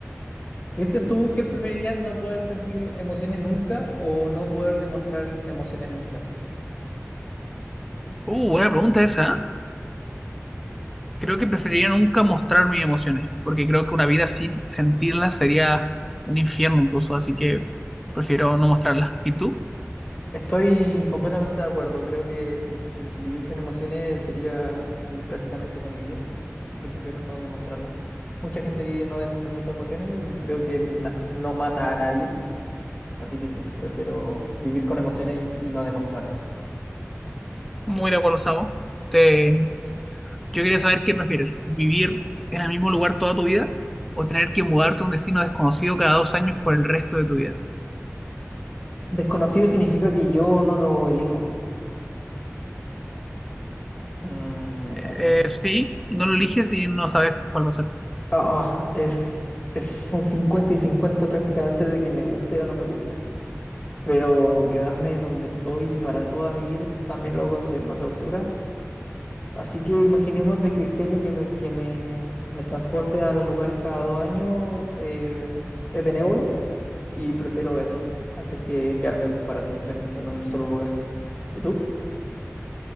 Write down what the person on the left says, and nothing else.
Cristian, ¿tú qué preferirías no poder sentir emociones nunca o no poder demostrar emociones nunca?
Estoy completamente de acuerdo. Creo que mm, vivir sin emociones sería mm, prácticamente no vivir, así que prefiero no demostrarlas. Mucha gente vive no demostrando sus emociones y creo que na- no mata a nadie, así que sí, prefiero vivir con emociones y, y no demostrarlas.
Desconocido significa que yo no lo elijo. Mm,
eh,
ah, es, es un 50 y 50 prácticamente de que me guste o no me guste, pero quedarme donde estoy para toda mi vida también lo considero una tortura. Así que imaginemos de que el genio que me, que me, me transporte a los lugares cada dos años eh, es benévolo y prefiero eso antes que quedarme para siempre en, en un solo lugar. ¿Y tú?